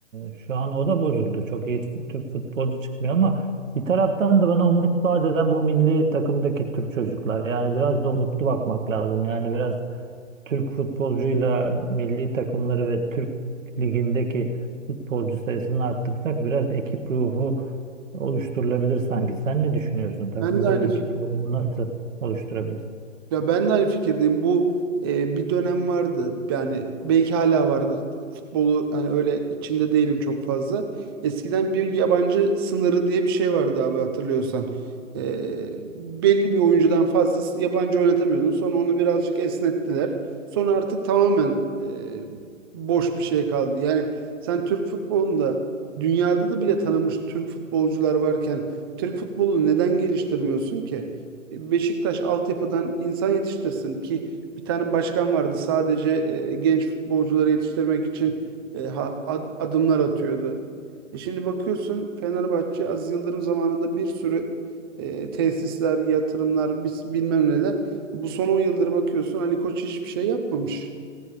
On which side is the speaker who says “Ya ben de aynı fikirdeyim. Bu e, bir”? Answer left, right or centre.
Right